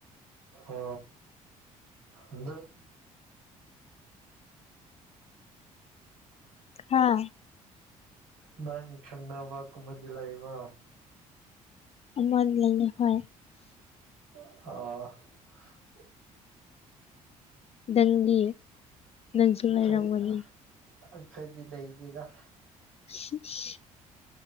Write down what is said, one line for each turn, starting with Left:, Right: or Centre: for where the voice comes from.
Right: ꯑꯣ ꯑꯗ <unintelligible>
Left: ꯍꯥꯥ <unintelligible>
Right: ꯅꯪ ꯈꯪꯅꯕ ꯀꯨꯝꯕꯗꯤ ꯂꯩꯕ꯭ꯔꯣ
Left: ꯑꯃ ꯂꯩꯌꯦ ꯍꯣꯏ
Right: ꯑ <unintelligible>
Left: ꯅꯪꯗꯤ ꯅꯪꯁꯨꯂꯩꯔꯝꯒꯅꯤ
Right: ꯑꯩꯈꯣꯏ ꯑꯩꯈꯣꯏꯗꯤ ꯂꯩꯗꯦꯗ
Left: <unintelligible>